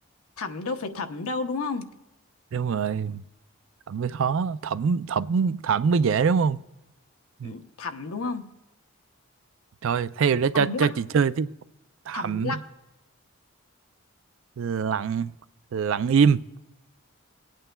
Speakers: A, on the left; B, on the right.
A: thẳm đâu phải thẩm đâu đúng không
B: đúng rồi thẩm mới khó thẩm thẩm thẩm mới dễ đúng không Ừ.
A: Ừ, thẳm đúng không
B: Thôi theo để
A: thầm
B: cho
A: lặng
B: cho chị chơi tiếp thẩm
A: thầm lặng
B: lặng lặng im